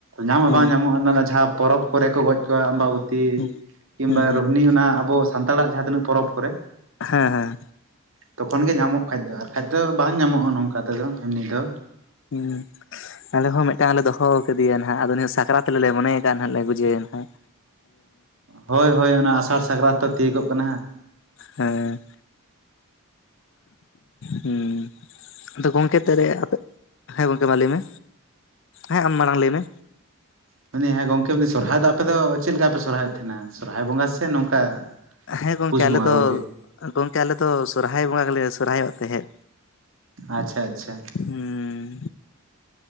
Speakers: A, on the right; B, on the left.
A: ᱧᱟᱢ ᱦᱚᱸ
B: ᱦᱮᱸ
A: ᱵᱟᱝ ᱧᱟᱢᱚᱜᱼᱟ ᱚᱱᱟ ᱡᱟᱦᱟᱸ ᱯᱚᱨᱚᱵᱽ ᱠᱚᱨᱮ ᱠᱚ ᱜᱚᱡ ᱠᱚᱣᱟ ᱟᱢᱵᱟ ᱵᱩᱛᱤ ᱦᱩᱛᱤ
B: ᱦᱩᱸ
A: ᱠᱤᱢᱵᱟ
B: ᱦᱩᱸ
A: ᱨᱳᱦᱱᱤ ᱚᱱᱟ ᱟᱵᱚ ᱥᱟᱱᱛᱟᱲᱟᱜ ᱡᱟᱦᱟᱸ ᱛᱤᱱᱟᱹᱜ ᱯᱚᱨᱚᱵᱽ ᱠᱚᱨᱮ
B: ᱦᱮᱸ ᱦᱮᱸ
A: ᱛᱚᱠᱷᱚᱱᱜ ᱜᱮ ᱧᱟᱢᱚᱜ ᱠᱷᱟᱡ ᱫᱚ ᱟᱨᱠᱟᱱ ᱫᱚ ᱵᱟᱝ ᱧᱟᱢᱚᱜᱼᱟ ᱱᱚᱝᱠᱟ ᱛᱮᱫᱚ ᱮᱢᱱᱤ ᱫᱚ
B: ᱦᱮᱸ ᱟᱞᱮ ᱦᱚᱸ ᱢᱤᱫᱴᱟᱝ ᱞᱮ ᱫᱚᱦᱚ ᱠᱟᱫᱮᱭᱟ ᱱᱟᱦᱜ ᱟᱫᱚ ᱱ ᱥᱟᱠᱨᱟᱛ ᱛᱮᱞᱮ ᱢᱚᱱᱮᱭ ᱠᱫᱼᱟᱜ ᱞᱮ ᱵᱩᱡᱷᱟᱹᱭᱟ ᱱᱟᱜ
A: ᱦᱳᱭ ᱦᱳᱭ ᱚᱱᱟ ᱟᱥᱟᱲ ᱥᱟᱠᱨᱟᱛ ᱛᱤᱭᱳᱜ ᱠᱟᱱᱟ ᱦᱟᱸᱜ
B: ᱦᱮᱸ ᱦᱮᱸ ᱟᱫᱚ ᱜᱚᱝᱠᱮ ᱛᱮ ᱟᱯᱮ ᱦᱮᱸ ᱜᱚᱝᱠᱮ ᱢᱟ ᱞᱟᱹᱭ ᱢᱮ ᱦᱮᱸ ᱟᱢ ᱢᱟᱲᱟᱝ ᱞᱟᱹᱭ ᱢᱮ
A: <inaudible> ᱢᱟᱱᱮ ᱦᱮᱸ ᱜᱚᱝᱠᱮ ᱢᱮ ᱥᱚᱨᱦᱟᱭ ᱫᱚ ᱟᱯᱮ ᱫᱚ ᱪᱮᱫ ᱞᱮᱠᱟ ᱯᱮ ᱥᱚᱨᱦᱟᱭᱮᱫ ᱛᱟᱦᱮᱱᱟ ᱥᱚᱨᱦᱟᱭ ᱵᱚᱸᱜᱟ ᱥᱮ ᱱᱚᱝᱠᱟ
B: ᱦᱮᱸ ᱜᱚᱢᱠᱮ
A: ᱯᱩᱥ
B: ᱟᱞᱮ
A: ᱵᱚᱸᱜᱟ
B: ᱫᱚ
A: ᱜᱚᱝᱠᱮ
B: ᱜᱚᱢᱠᱮ ᱟᱞᱮ ᱫᱚ ᱥᱚᱨᱚᱦᱟᱭ ᱵᱚᱸᱜᱟ ᱜᱮᱞᱮ ᱥᱚᱦᱟᱭᱚᱜ ᱛᱟᱦᱮᱸᱫ
A: ᱟᱪᱪᱷᱟ ᱟᱪᱪᱷᱟ
B: ᱦᱩᱢ